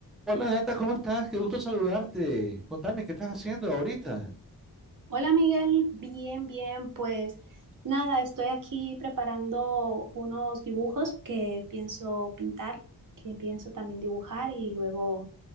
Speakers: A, in the centre; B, on the right.
A: Hola Nata, ¿cómo estás? Qué gusto saludarte. Contame, ¿qué estás haciendo ahorita?
B: Hola Miguel, bien, bien, pues nada, estoy aquí preparando unos dibujos que pienso pintar, que pienso también dibujar y luego